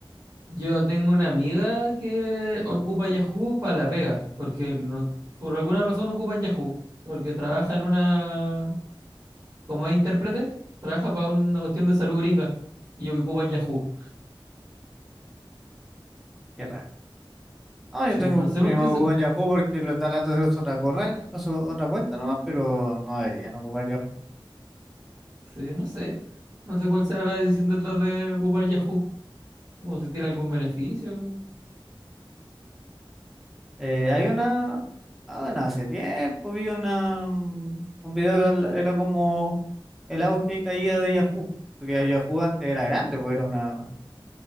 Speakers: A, on the right; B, in the centre.
A: yo tengo una amiga que ocupa Yahoo para la pega, porque no- por alguna razón ocupan Yahoo, porque trabaja en una, como es intérprete, trabaja para una cuestión de salud gringa y yo que ocupan Yahoo.
B: Qué raro. No,
A: Sí,
B: yo tengo
A: no sé
B: primos
A: por qué, se-
B: que ocupan Yahoo porque les da lata hacer otra corre, hacer otra cuenta nomás, pero no deberían ocupar Yahoo.
A: sí, no sé, no sé cuál será la decisión detrás de ocupar Yahoo, o si tiene algún beneficio,
B: Eh, hay una, ah, bueno, hace tiempo vi una, mm, un video que habla- era como el auge y caída de Yahoo, porque Yahoo antes era grande, pues era una,